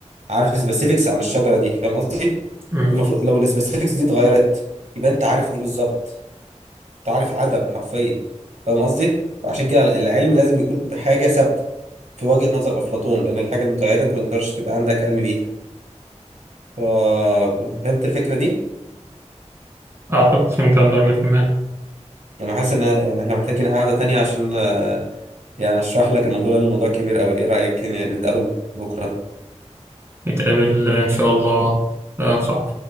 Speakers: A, on the right; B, on the right.
A: عارف سبيسيفيكس عن الشجره دي فاهم قصدي
B: مم.
A: المفروض لو السبيسيفيكس دي اتغيرت يبقى انت عارف ايه بالظبط انت عارف عدد حرفيا فاهم قصدي وعشان كده العلم لازم يكون بحاجه ثابته في وجهه نظر افلاطون لان الحاجه المتغيره انت ما تقدرش تبقى عندك علم بيها ف- فهمت الفكره دي
B: أعتقد فهمت على درجة ما
A: انا حاسس ان يعني احنا محتاجين قعده تانية عشان آه، يعني اشرح لك الموضوع لان الموضوع كبير قوي ايه رايك إن- نتقابل بكره
B: نتقابل إن شاء الله آه، صح